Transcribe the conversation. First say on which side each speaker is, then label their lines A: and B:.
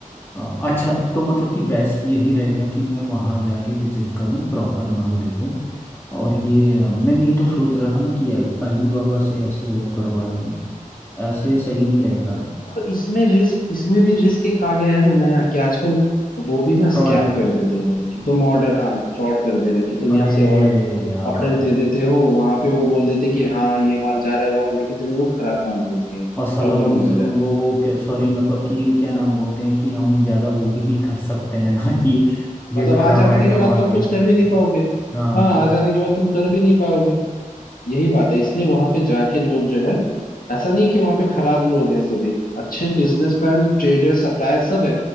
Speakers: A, on the left; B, on the left.
A: अ, अच्छा तो मतलब कि बेस्ट यही रहेगा कि मैं वहाँ जाके विजिट करूँ प्रॉपर माल देखूँ और ये अ, मैं नहीं तो सोच रहा था ना कि अल- अलीबाबा से ऐसे वो करवा लूँ ऐसे सही नहीं रहेगा ना
B: तो इसमें रिस्क इसमें भी रिस्क एक आ गया है ना नया कि आजकल वो भी ना
A: फ्रॉड
B: स्कैम कर देते हैं भाई कि तुम ऑर्डर हाँ फ्रॉड कर दे रहे हैं कि तुम
A: अरे
B: यहाँ से ऑर्ड
A: यार
B: ऑर्डर दे देते हो वहां पे वो बोल देते हैं कि हाँ ये माल जा रहा है वो माल लेकिन तुम्हें वो खराब माल भेज देंगे
A: और साला
B: प्रॉब्लम
A: उनसे
B: ही हो
A: वो
B: जाती है
A: सॉरी मतलब कि क्या नाम बोलते हैं कि हम ज्यादा वो भी नहीं कर सकते हैं <laughs> ना कि ये
B: मतलब
A: खराब
B: आ जाने
A: आइटम
B: के बाद
A: आ
B: तुम
A: गया
B: कुछ कर भी नहीं पाओगे
A: हाँ
B: हाँ आ जाने के बाद तुम कर भी नहीं पाओगे यही बात है इसलिए वहां पे जाके लोग जो है ऐसा नहीं है कि वहां पे खराब लोग हैं सभी अच्छे बिजनेसमैन ट्रेडर सप्लायर सब है